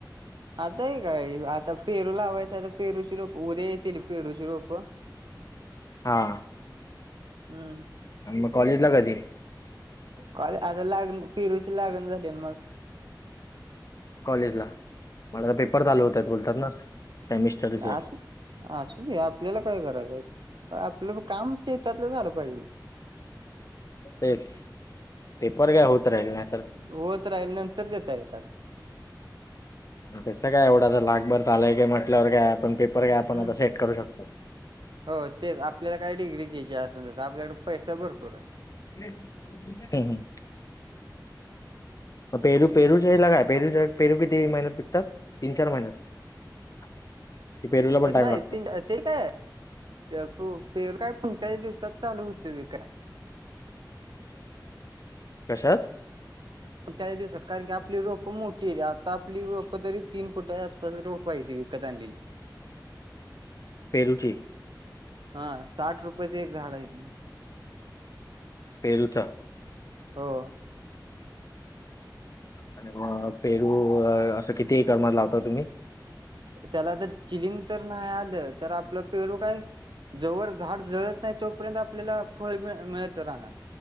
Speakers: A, on the right; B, on the left.
A: आता हे काय आता पेरू लावायचं आता पेरूची रोप उद्या येतील पेरूची रोप
B: हा.
A: हम.
B: आणि मग कॉलेज ला कधी?
A: कॉलेज आता लागण पिरूची लागण झाली ना मग
B: कॉलेज ला मग आता तर पेपर चालू होतात बोलत होतास ना? सेमिस्टरचे
A: अस असुदे आपल्याला काय करायचंय आहे? आपलं काम शेतातलं झालं पाहिजे
B: तेच पेपर काय होत राहिल नाही तर
A: होत राहिल नंतर देता येतात
B: त्याच काय एवढा लाखभर झालाय की म्हटल्यावर काय आपण पेपर काय
A: हम्म.
B: आपण अस सेट करू शकतो
A: हो. तेच आपल्याला काय डिग्री घ्यायची अस न तसं आपल्याकडं काय पैसा भरपूर आहे
B: हम् हम. पेरू पेरू सांगितला काय? पेरू पेरू किती महिन्यात पिकतात? तीन चार महिन्यात. <inaudible> पण टाइम
A: नाही
B: लागतो
A: ति ते काय? <unintelligible> पेरु काय पंचाळीस दिवसात चालू होत विकायला.
B: <inaudible> कशात?
A: पंचेचाळीस दिवसात कारण की आपली रोपं मोठी आहेेती आता आपली रोपं तरी तीन फुटच्या आसपास रोपं हाय ती विकत आणलेली.
B: पेरु ची
A: हा साठ रुपयेच एक झाड आहे. ते.
B: पेरूचा
A: हो.
B: आणि म पेरू अ असं किती एकर मध्ये लावता तुम्ही?
A: त्याला तर चिलिंम तर नाही आलं तर आपलं पेरू काय जोवर झाड जळत नाही तोपर्यंत आपल्याला फळ मिळ मिळत राहणार.